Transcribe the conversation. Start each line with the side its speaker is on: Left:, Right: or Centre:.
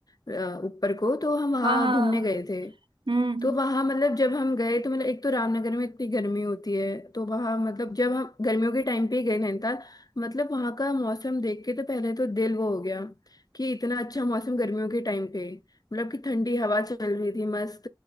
Left: अ, ऊपर को तो हम वहाँ
Right: हाँ हाँ
Left: घूमने गए थे
Right: हम्म
Left: तो वहां मतलब जब हम गए तो मतलब एक तो रामनगर में इतनी गर्मी होती है तो वहां मतलब जब हम गर्मियों के टाइम पे ही गए नैनीताल मतलब वहां का मौसम देख के तो पहले तो दिल वो हो गया कि इतना अच्छा मौसम गर्मियों के टाइम पे मतलब कि ठंडी हवा चल रही थी मस्त